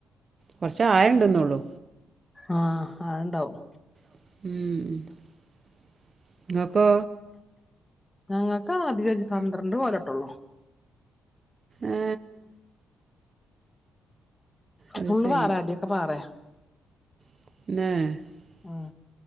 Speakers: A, on the right (about 35°); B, on the left (about 15°).
A: കുറച്ച ആയണ്ട്ന്ന് ഒള്ളു
B: ആഹ് അഹ്ണ്ടാവും.
A: <unintelligible> ങ്ങക്കോ?
B: ഞങ്ങക്ക് അധികല്യ പന്ത്രണ്ട് കോലെട്ടൊള്ളൂ <inaudible>
A: ഏ അത്
B: ഫുള്ള്
A: ശരി
B: പാറെ അടി ഒക്കെ പാറേ.
A: <inaudible>
B: മ്.